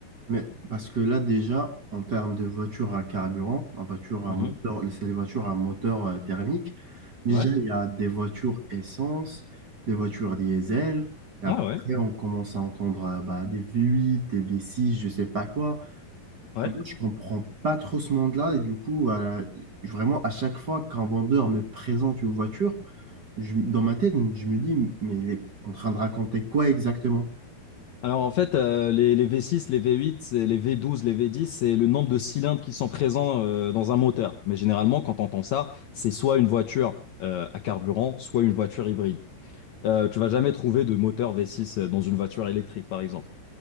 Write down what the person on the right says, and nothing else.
Mais parce que là, déjà, en termes de voiture à carburant, en voiture à
moteur, c'est les voitures à moteur euh, thermique. Déjà,
il y a des voitures essence, des voitures diesel. Et après,
on commence à entendre euh, bah, des V8, des V6, je sais pas quoi.
Moi, je comprends pas trop ce monde-là. Et du coup, euh, vraiment, à chaque fois qu'un vendeur me présente une voiture, je- dans ma tête, je me dis, mais il est en train de raconter quoi exactement?